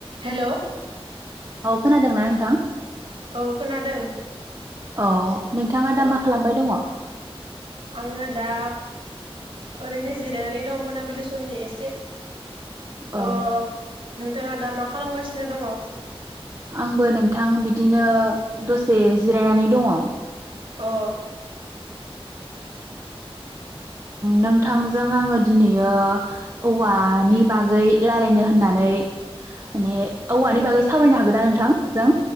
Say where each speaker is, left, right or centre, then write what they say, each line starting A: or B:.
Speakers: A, on the right; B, on the right.
A: हेल'
B: औ खोनादोंना नोंथां?
A: औ खोनादों।
B: अ नोंथाङा दा
A: औ
B: मा खालामबाय दङ?
A: आङो दा ओरैनो जिरायनानै दं मोनाबिलि समनि एसे
B: औ
A: अ नोंथाङा दा मा खालामगासिनो दङ?
B: आंबो नोंथां बिदिनो दसे जिरायनानै दङ।
A: अ
B: नोंथांजों आङो दिनैयो औवानि बागै रायलायनो होननानै माने औवानि बागै सावरायनो हागोन ना नोंथां जों?